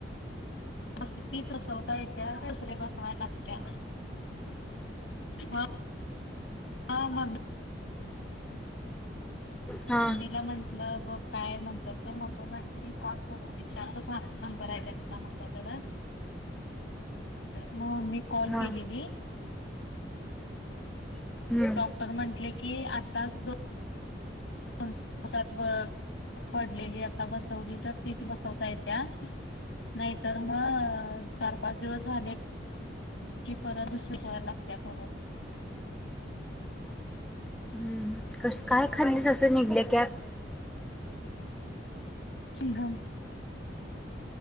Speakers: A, on the left; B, in the centre.
A: बस तीच बसवता येत्या दुसरे बसवाय लागत्या. ह ह म
B: हा
A: मम्मीला म्हंटलं बघ. काय म्हणतात ते, मम्मी म्हटली थांब विचारतोच नंबर आहे त्यांचा माझ्याकडं. मग मी कॉल
B: हा
A: केलेली.
B: हम्म
A: डॉक्टर म्हटले की आताच दोन दिवसात बघ. पडलेली आता बसवली तर तीच बसवता येत्या. नाहीतर मग चार पाच दिवस झाले. की परत दुसर्या सवय लागत्या खून.
B: हम्म क काय खाल्लीच असं निघले कप.
A: चिंघम.